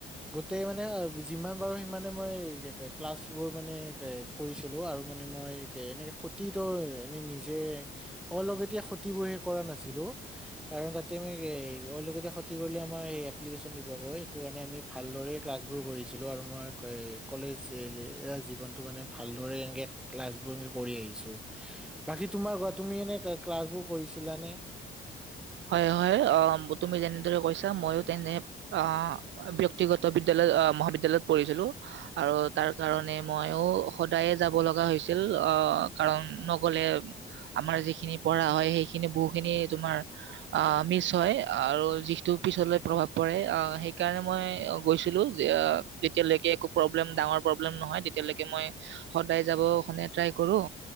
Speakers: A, in the centre; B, on the right.
A: গোটেই মানে যিমান পাৰো সিমানে মই ক্লাছ বোৰ মানে এ কৰিছিলো আৰু মানে মই এনেকে খতিটো এনে নিজে। অলাগতিয়াল খুটি বোৰহে কৰা নাছিলোঁ আৰু লগতে তুমি খটি কৰিলে এপ্লিকেচন কৰি ভালদৰে ক্লাছ বোৰ কৰিছিলোঁ কলেজ এৰিলে এইয়া ভালদৰেই ক্লাছ বোৰ কৰি আহিছোঁ বাকী তুমাৰ। তুমি এনে ক্লাছবোৰ কৰিছিলানে?
B: হয় হয় আহ তুমি যেনেদৰে কৈছা মইো তেনে আহ ব্যক্তিগত বিদ্য়ালয় আহ মহাবিদ্য়ালয়ত পঢ়িছিলো আৰু তাৰ কাৰণে মইও সদায়ে যাব লগা হৈছিল আহ কাৰণ নগলে আমাৰ যিখিনি পঢ়া হয় সেইখিনি বহুখিনি। তোমাৰ আহ মিচ হয় আৰু যিটো পিছলৈ প্ৰভাৱ পৰে সেইকাৰণে মই গৈছিলো যেতিয়ালৈকে একো প্ৰব্লেম ডাঙৰ প্ৰব্লেম নহয় তেতিয়ালৈকে মই সদায় যাব খনে ট্ৰাই কৰো